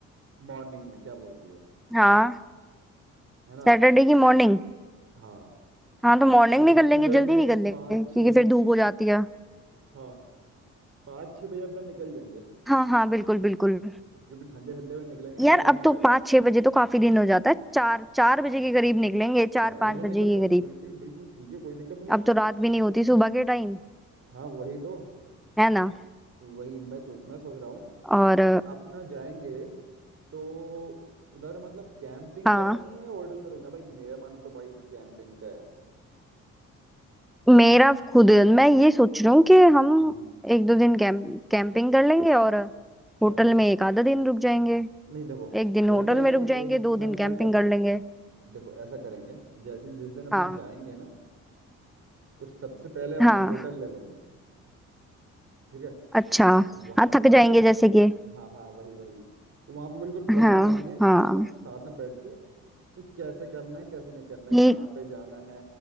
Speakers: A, on the right; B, in the centre.
A: मॉर्निंग में क्या बोलती हो
B: हाँ
A: है ना
B: सैटरडे की मॉर्निंग
A: हाँ
B: हाँ तो मॉर्निंग
A: मतलब
B: निकल
A: सुबह
B: लेंगे जल्दी
A: में
B: निकल लेंगे
A: पाँच
B: क्योंकि
A: छः
B: फिर धूप हो जाती है
A: हाँ पाँच छः बजे अपना निकल जाएंगे
B: हाँ हाँ बिल्कुल बिल्कुल
A: क्योंकि ठंडे ठंडे में निकलेंगे
B: यार
A: ना उतना ही
B: अब
A: फायदा
B: तो पाँच
A: है अपना
B: छह बजे तो काफी दिन हो जाता है चार चार बजे के करीब निकलेंगे
A: चार
B: चार पाँच
A: बजे निकल
B: बजे के
A: लो
B: करीब
A: बिल्कुल बिल्कुल ठीक है कोई दिक्कत नहीं
B: अब
A: है
B: तो रात भी नहीं होती सुबह के टाइम
A: हाँ वही तो
B: है ना
A: वही मैं मैं सोच रहा हूँ
B: और
A: कि अपना जाएंगे तो उधर मतलब कैंपिंग
B: हाँ
A: करनी है या होटल में रुकना भाई मेरा मन तो भाई कैंपिंग का है
B: मेरा खुद मैं ये सोच रही हूँ कि हम
A: हम्म
B: एक दो दिन कैंप कैंपिंग कर लेंगे और होटल
A: हाँ हाँ।
B: में एक आधा दिन रुक जाएंगे
A: नहीं देखो
B: एक दिन
A: होटल
B: होटल में
A: में
B: रुक
A: एक
B: जाएंगे दो
A: मैं
B: दिन
A: मैं
B: कैंपिंग
A: क्या सोच
B: कर
A: रहा
B: लेंगे
A: हूँ देखो ऐसा करेंगे जैसे जिस दिन अपना
B: हाँ
A: जाएंगे ना तो सबसे पहले
B: हाँ
A: अपना होटल ले लेंगे ठीक है
B: अच्छा
A: वहां
B: हाँ थक
A: पर
B: जाएंगे जैसे कि
A: हाँ हाँ वही वही तो वहां पे बिल्कुल प्लान
B: हाँ
A: बनाएंगे
B: हाँ
A: सब साथ में बैठ के कि कैसे करना है कैसे नहीं करना है
B: ये
A: कहाँ पे जाना है